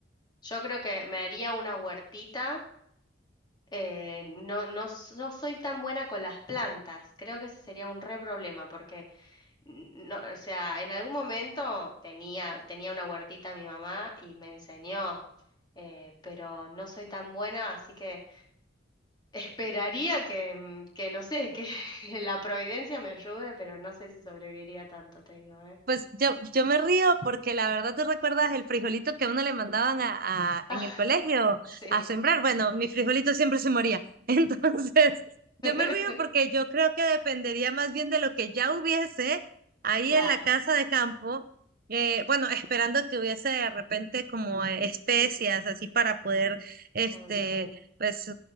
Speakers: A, on the left (about 20°); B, on the right (about 50°).
A: Yo creo que me haría una huertita. eh, no, no, s- no soy tan buena con las plantas. Creo que ese sería un re problema porque N- No, o sea, en algún momento tenía, tenía una huertita mi mamá y me enseñó, eh, pero no soy tan buena, así que <laughs> esperaría que, mm, que no sé, que <laughs> la providencia me ayude, pero no sé si sobreviviría tanto, te digo, ¿eh?
B: Pues yo, yo me río porque la verdad tú recuerdas el frijolito que a uno le mandaban a, a-
A: Ah,
B: en el colegio
A: sí.
B: a sembrar. Bueno, mi frijolito siempre se moría. <laughs> Entonces, yo
A: <laughs>
B: me río porque yo creo que dependería más bien de lo que ya hubiese ahí
A: Claro,
B: en la casa de campo. eh, bueno, esperando que hubiese de repente como eh, especias así para poder, este,
A: hoy sí.
B: pues